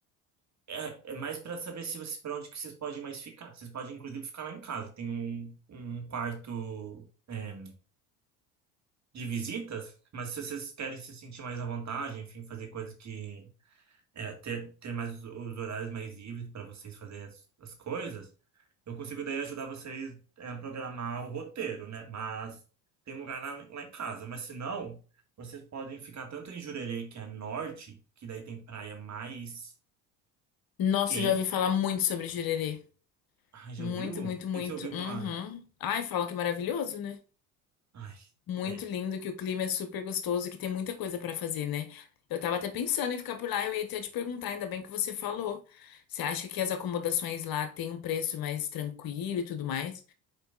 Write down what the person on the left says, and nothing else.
Nossa,
eu já ouvi falar muito sobre jurerê.
Muito,
muito, muito.
Uhum. Ai, falam que é maravilhoso, né?
Muito
lindo, que o clima é super gostoso e que tem muita coisa pra fazer, né? Eu tava até pensando em ficar por lá, eu ia até te perguntar, ainda bem que você falou. Você acha que as acomodações lá têm um preço mais tranquilo e tudo mais?